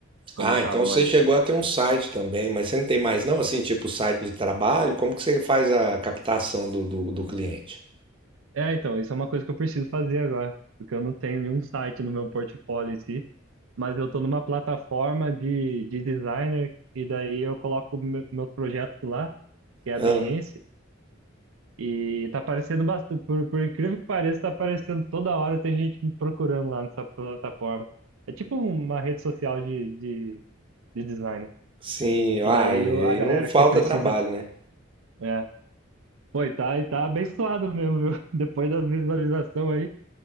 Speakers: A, on the right; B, on the right.
A: quando
B: Ah,
A: eu tava
B: então você
A: mais.
B: chegou a ter um site também, mas você não tem mais não, assim, tipo site de trabalho? Como que você faz a captação do, do, do cliente?
A: É, então, isso é uma coisa que eu preciso fazer agora, porque eu não tenho nenhum site no meu portfólio em si. mas eu tô numa plataforma de, de designer e daí eu coloco me- meus projetos lá, que é a
B: Ah,
A: Behance, e tá aparecendo bastante, por, por incrível que pareça, tá aparecendo toda hora, tem gente me procurando lá nessa plataforma. É tipo uma rede social de, de, de designer.
B: sim. Ah,
A: E daí
B: e,
A: eu- a galera
B: e não falta
A: que precisa,
B: trabalho, né?
A: é, pô, e tá, e tá abençoado mesmo, viu? <laughs> Depois das visualizações aí.